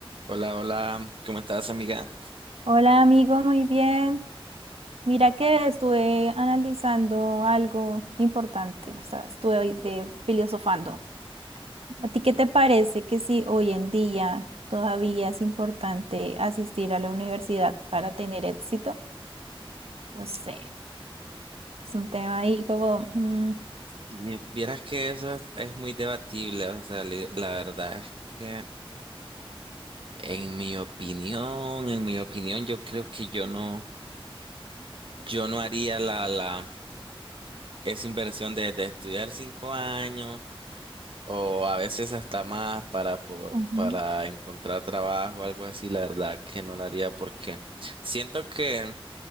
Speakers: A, on the right; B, on the right.
A: Hola, hola, ¿cómo estás, amiga?
B: Hola amigo, muy bien. Mira que estuve analizando algo importante, o sea, estuve hoy de filosofando. ¿A ti qué te parece que si hoy en día todavía es importante asistir a la universidad para tener éxito? No sé, es un tema ahí como... mm,
A: Y vieras que eso es, es muy debatible, o sea, li- la verdad es que en mi opinión, en mi opinión, yo creo que yo no, yo no haría la, la, esa inversión de, de estudiar cinco años o a veces hasta más para, po-
B: ujú,
A: para encontrar trabajo o algo así, la verdad que no la haría porque siento que